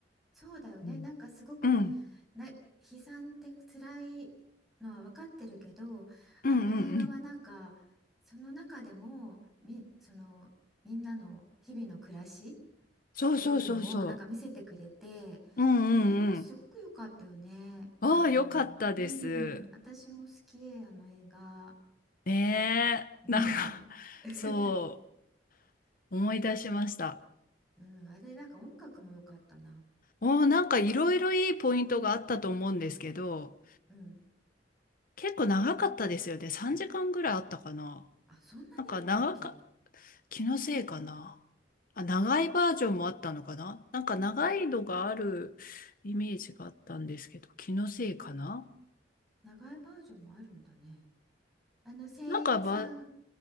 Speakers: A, in the centre; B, on the left.
A: そうだよね。
B: うん
A: なんかすごく
B: うん
A: ね、悲惨で辛いのは分かってるけど、
B: うんうんうん
A: あの映画はなんかその中でもみ、そのみんなの日々の暮らしっ
B: そうそうそうそ
A: ていうのをなんか見せてくれて、
B: う。うんうんうん。
A: あれはすごく良かったよね。
B: ああ、
A: あの、
B: よかったです。
A: うん、私も好き、あの映画。
B: ねえ。
A: うん。
B: <laughs> なんか、
A: <laughs>
B: そう、思い出しました。
A: うん、あれ、なんか音楽も良かったな。
B: おお、なんかいろいろいいポイントがあったと思うんですけど、
A: うん。
B: 結構長かったですよね。
A: あの、
B: 3時間ぐらいあったかな。
A: あ、そんなにあったっけ
B: なんか長か、気のせいかな。あ、長いバージョンもあったのかな。なんか長いのがあるイメージがあったんですけど、気のせいかな。
A: 長いバージョンもあるんだね。あの、声優さん、
B: なんかば、